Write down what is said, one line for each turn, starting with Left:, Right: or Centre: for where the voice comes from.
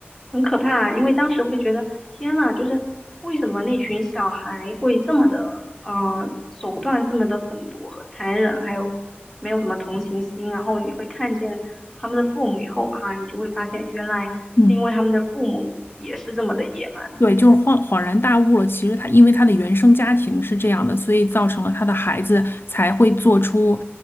Centre: 很可怕，因为当时会觉得天呐，就是为什么那群小孩会这么的，呃，手段这么的狠毒和残忍，还有没有什么同情心。然后你会看见他们的父母以后啊，你就会发现原来是因为他们的父母也是这么的野蛮。
Left: <laughs> 嗯。对，就是恍恍然大悟了。其实他因为他的原生家庭是这样的，所以造成了他的孩子才会做出，